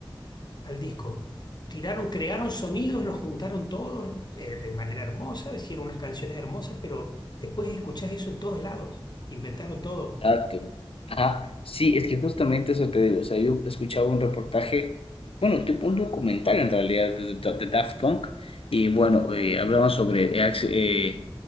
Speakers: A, on the left; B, on the left.
A: al disco. Tiraron, crearon sonidos, los juntaron todos eh, de manera hermosa, hicieron unas canciones hermosas, pero después escuchás eso en todos lados. Inventaron todo.
B: Exacto. Ajá, sí, es que justamente eso te digo, o sea, yo escuchaba un reportaje, bueno, tipo un documental en realidad de, de- de Daft Punk, y bueno, eh, hablaban sobre Ax- eh,